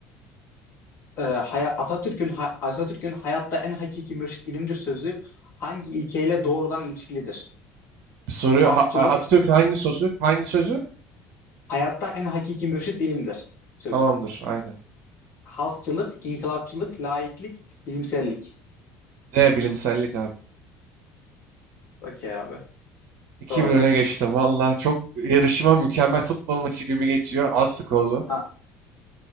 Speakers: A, on the left; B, on the right.
A: e, haya- Atatürk'ün ha- Atatürk'ün hayatta en hakiki mürşit ilimdir sözü hangi ilkeyle doğrudan ilişkilidir?
B: Soru
A: Halkçılık,
B: Ha- Atatürk'ün hangi sözü? Hangi sözü?
A: hayatta en hakiki mürşit ilimdir sözü.
B: Tamamdır. Aynen.
A: Halkçılık, inkılapçılık, laiklik, bilimsellik.
B: D bilimsellik abi.
A: Okey abi.
B: 2-1
A: Doğru.
B: öne geçtim. Valla çok yarışma mükemmel futbol maçı gibi geçiyor. Az skorlu.
A: Ha,